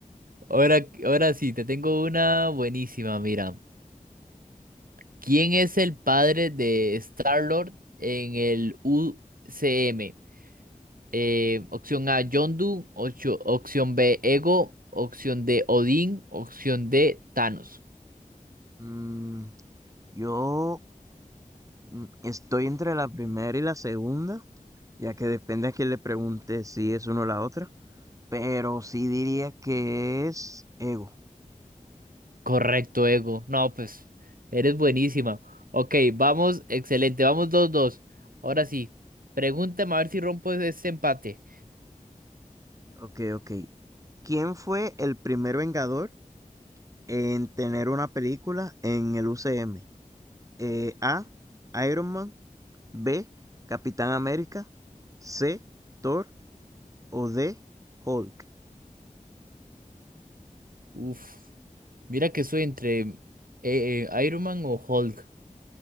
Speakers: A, on the right; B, on the right.
A: Ahora, ahora sí, te tengo una buenísima, mira. ¿Quién es el padre de Star-Lord en el UCM? Eh, opción A, Yondu, ocho- opción B, Ego, opción D, Odín, opción D, Thanos.
B: Mm, yo mm, estoy entre la primera y la segunda, ya que depende a quién le pregunte si es una o la otra, pero sí diría que es Ego.
A: Correcto, Ego. No, pues, eres buenísima. Ok, vamos, excelente, vamos dos dos. Ahora sí, pregúntame a ver si rompo ese empate.
B: Ok, ok. ¿Quién fue el primer Vengador en tener una película en el UCM? eh, A, Iron Man, B, Capitán América, C, Thor o D, Hulk.
A: Uf. Mira que soy entre eh, eh, Iron Man o Hulk.